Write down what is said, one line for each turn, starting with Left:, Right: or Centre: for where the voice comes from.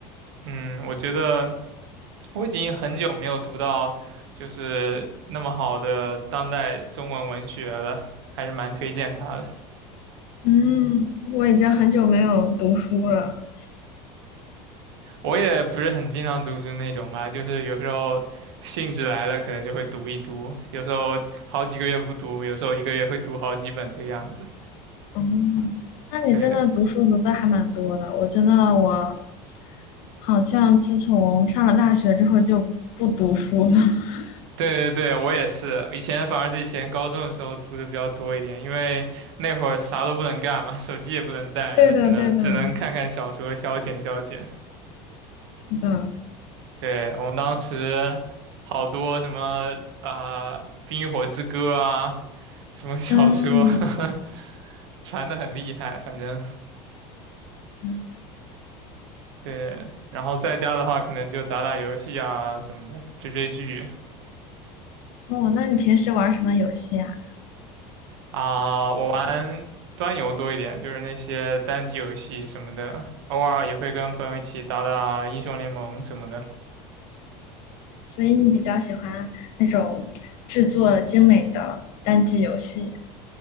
Right: 嗯，我觉得我已经很久没有读到就是那么好的当代中文文学了，还是蛮推荐他的。
Left: 嗯，我已经很久没有读书了。
Right: 我也不是很经常读书那种吧，就是有时候兴致来了，可能就会读一读，有时候好几个月不读，有时候一个月会读好几本这个样子。
Left: 哦，那你真的读书读的还蛮多的。
Right: 对
Left: 我觉得我好像自从上了大学之后就不读书了。<laughs>
Right: 对对对，我也是。以前反而是以前高中的时候读的比较多一点，因为那会儿啥都不能干嘛，手机也不能带，
Left: 对的，
Right: 那只能只能看看小说消遣消遣。
Left: 对的，是的。
Right: 对，我们当时好多什么啊，冰与火之歌》啊，什么小说，
Left: 嗯，
Right: <laughs> 传的很厉害，反正
Left: 嗯
Right: 对。然后在家的话，可能就打打游戏啊什么的，追追剧。
Left: 哦，那你平时玩什么游戏啊？
Right: 啊，我玩端游多一点，就是那些单机游戏什么的，偶尔也会跟朋友一起打打英雄联盟什么的。
Left: 所以你比较喜欢那种制作精美的单机游戏。